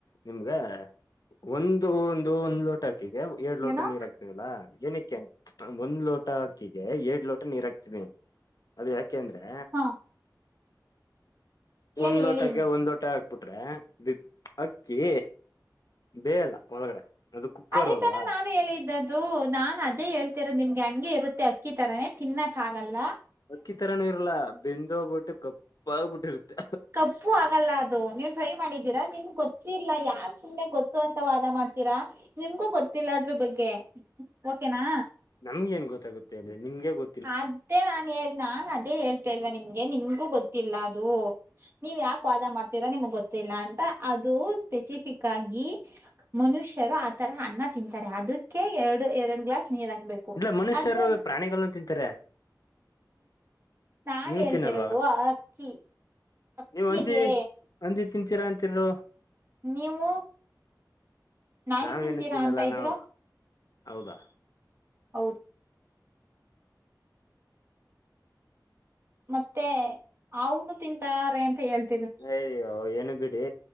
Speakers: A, on the left (about 60°); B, on the right (about 35°).
A: ನಿಮ್ಗೆ ಒಂದು ಒಂದು ಒಂದು ಲೋಟ ಹಾಕಿಗೆ ಎರೆಡು ಲೋಟ
B: ಏನೋ
A: ನೀರ್ ಹಾಕ್ತವಲ್ಲ ಏನ ಒಂದ್ ಲೋಟ ಅಕ್ಕಿಗೆ ಎಲ್ಡ್ ಲೋಟ ನೀರ್ ಹಾಕ್ತವಿ ಅದು ಯಾಕೆ ಅಂದ್ರೆ
B: ಹಾ ಹೇಳಿ
A: ಒಂದ್ ಲೋಟಕ್ಕೆ
B: ಹೇಳಿ
A: ಒಂದಂದು ಲೋಟ ಬುಟ್ರೆ ಅಕ್ಕಿ ಬೇಯಲ್ಲ ಎಲ್ಲ ಒಳಗಡೆ ಅದು ಕುಕ್ಕರ್
B: ಅದೇ
A: ಅಲ್ವಾ
B: ತಾನೇ ನಾನು ಹೇಳಿದ್ದದ್ದು ದು ನಾನ್ ಅದೇ ಹೇಳ್ತಿರೋದು ನಿಮ್ಗೆ ಹಂಗೆ ಇರುತ್ತೆ ಅಕ್ಕಿ ತರಾನೇ ತಿನ್ನಕ್ ಆಾಗಲ್ಲ
A: ಅಕ್ಕಿ ತರನೂ ಇರಲ್ಲಾ ಬೆಂದ ಹೋಗ್ಬಿಟ್ಟು ಕಪ್ಪ ಆಾಗಬಿಟ್ಟಿರುತ್ತೆ
B: ಕಪ್ಪು ಆಗಲ್ಲ ಅದು ನೀವು ಟ್ರೈ ಮಾಡಿದ್ದೀರಾ ನಿಮ ಗೊತ್ತಿಿಲ್ಲ ಯಾಕ್ ಸುಮ್ನೆ ಗೊತ್ತು ಅಂತ ವಾದ ಮಾಡ್ತೀರಾ ನಿಮಗೂ ಗೊತ್ತಿಲ್ಲದ್ರ ಬಗ್ಗೆ ಓಕೆನಾ
A: ನಮ್ಗೆ ಏನ್ ಗೊತ್ತಾಗುತ್ತೆ ಅ್ರ ನಿಮ್ಗೆ ಗೊ
B: ಅದೇ ನಾನ್ ಹೇಳ ನಾನ್ ಅದೇ ಹೇಳ್ತೇಲ್ವಾ ನಿಮ್ಗೆ ನಿಮ್ಗೂ ಗೊತ್ತಿಲ್ಲ ಅದು ನೀವ್ ಯಾಕೆ ವಾದ ಮಾಡ್ತೀರಾ ನಿಮ್ಗ್ ಗೊತ್ತಿಲ್ಲ ಅಂತ ಅದು ಸ್ಪೆಸಿಫಿಕ್ ಆಗಿ ಮನುಷ್ಯರು ಆತರ ಅನ್ನ ತಿಂತಾರೆ ಅದಕ್ಕೆ ಎರಡು ಎರಡು ಗ್ಲಾಸ್ ನೀರ್ ಹಾಕ್ಬೇಕು
A: ಇಲ್ಲ ಮನುಷ್ಯರು
B: ಅದು
A: ಪ್ರಾಣಿಗಳಗಳನ್ನು ತಿಂತಾರೆ
B: ನಾನ್
A: ನೀವ್
B: ಹೇಳ್ತಿರೋದು
A: ತಿನ್ನಲ್ವಾ
B: ಅಕ್ಕಿ ಅಕ್ಕಿಗೆ
A: ನೀವ್ ಹಂದಿ ಹಂದಿ ತಿಂತೀರಾ ಅಂತರರು
B: ನೀವು ನಾಯಿ
A: ನಾವೇನು
B: ತಿಂತೀರಾ
A: ತಿನ್ನಲ್ಲ
B: ಅಂತ ಇದ್ರು
A: ನಾವು ಹೌದಾ
B: ಹೌದು <inaudible> ಮತ್ತೆ ಅವನು ತಿಂತಾರೆ ಅಂತ ಹೇಳ್ತಿ
A: ಅಯ್ಯೋ ಏನು ಬಿಡಿ